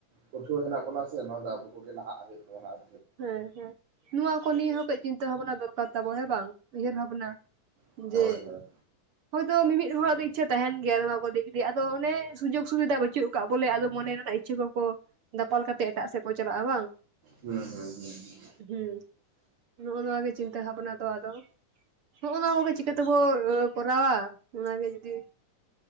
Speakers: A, on the right (about 70°); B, on the right (about 55°).
A: ᱯᱟᱹᱴᱷᱩᱭᱟᱹ ᱦᱮᱱᱟᱜ ᱵᱚᱱᱟ ᱥᱮ ᱱᱚᱣᱟ ᱫᱚ ᱟᱵᱚ ᱠᱚᱜᱮ ᱞᱟᱦᱟᱜ ᱦᱩᱭᱩᱜ ᱛᱟᱵᱚᱱᱟ ᱟᱨ
B: ᱦᱮᱸ ᱦᱮᱸ ᱱᱚᱣᱟ ᱠᱚ ᱱᱤᱭᱟᱹ ᱦᱚᱸ ᱠᱟᱹᱡ ᱪᱤᱱᱛᱟᱹ ᱵᱷᱟᱵᱱᱟ ᱫᱚᱨᱠᱟᱨ ᱛᱟᱵᱚ ᱦᱮᱸ ᱵᱟᱝ ᱩᱭᱦᱟᱹᱨ ᱵᱷᱟᱵᱱᱟ?
A: ᱪᱮᱛᱟᱱ
B: ᱡᱮ
A: ᱦᱳᱭ
B: ᱦᱚᱭᱛᱳ ᱢᱤᱢᱤᱫ ᱦᱚᱲᱟᱜ ᱫᱚ ᱤᱪᱪᱷᱟᱹ ᱛᱟᱦᱮᱱ ᱜᱮᱭᱟ ᱚᱱᱟ ᱠᱚ ᱫᱤᱠ ᱫᱤᱭᱮ ᱟᱫᱚ ᱚᱱᱮ ᱥᱩᱡᱳᱜᱽ ᱥᱩᱵᱤᱫᱷᱟ ᱵᱟᱹᱪᱩᱜ ᱠᱟᱜ ᱵᱚᱞᱮ ᱟᱫᱚ ᱢᱚᱱᱮ ᱨᱮᱱᱟᱜ ᱤᱪᱪᱷᱟᱹ ᱠᱚᱠᱚ ᱫᱟᱯᱟᱞ ᱠᱟᱛᱮᱜ ᱮᱴᱟᱜ ᱥᱮᱫ ᱠᱚ ᱪᱟᱞᱟᱜ-ᱟ ᱵᱟᱝ?
A: ᱦᱩᱸ ᱦᱩᱸ ᱦᱩᱸ ᱦᱩᱸ ᱾
B: ᱦᱩᱸ ᱾ ᱱᱚᱜ-ᱱᱚᱣᱟ ᱜᱮ ᱪᱤᱱᱛᱟᱹ ᱵᱷᱟᱵᱱᱟ ᱫᱚ ᱟᱫᱚ ᱱᱚᱜ-ᱱᱟ ᱠᱚᱜᱮ ᱪᱤᱠᱟᱹ ᱛᱮᱵᱚ ᱠᱚᱨᱟᱣᱟ? ᱚᱱᱟᱜᱮ ᱡᱩᱫᱤ,